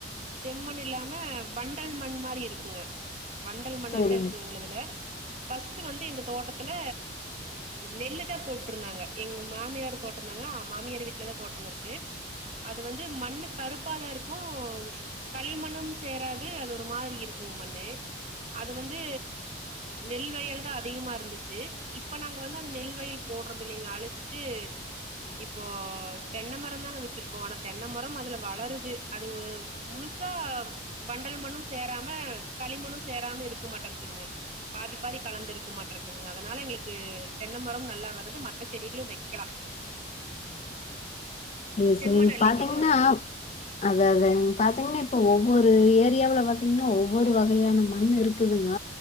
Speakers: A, on the right (about 35°); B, on the left (about 35°).
A: செம்மண் இல்லாம வண்டல் மண் மாரி இருக்குங்க வண்டல் மண்ணாத்தா
B: சரிங்க
A: இருக்குங்க உங்களதுல ஃபஸ்ட்டு வந்து எங்க தோட்டத்துல நெல்லு தா போட்ருந்தாங்க எங்க மாமியார் தோட் ந்தாங்க மாமியார் வீட்டுலதா தோட்டமிருக்கு அது வந்து மண்ணு கருப்பாதா இருக்கு களிமண்ணும் சேராது அது ஒரு மாதிரி இருக்குங்க மண்ணு அது வந்து நெல்வயல் தா அதிகமா இருந்துச்சு இப்ப நாங்க வந்து அந்த நெல்வயல் போடுறது இல்லைங்க அழிச்சிட்டு இப்போ தென்ன மரம் தாங்க வச்சிருக்கோ ஆனா தென்ன மரம் அதுல வளருது அது முழுசா வண்டல் மண்ணும் சேராம களிமண்ணும் சேராம இருக்க மாட்டக்குங்க பாதி பாதி கலந்து இருக்க மாட்றதுங்க அதனால எங்களுக்கு தென்ன மரமு நல்லா வருது மத்த செடிகளு வைக்கலா
B: செரி
A: செம்மணல்லிங்க
B: செரி பாத்தீங்கனா
A: எங்களோடது
B: அத அத நீங்க பாத்தீங்கனா இப்ப ஒவ்வொரு ஏரியாவுல பாத்தீங்கனா ஒவ்வொரு வகையான மண் இருக்கு இருக்குதுங்க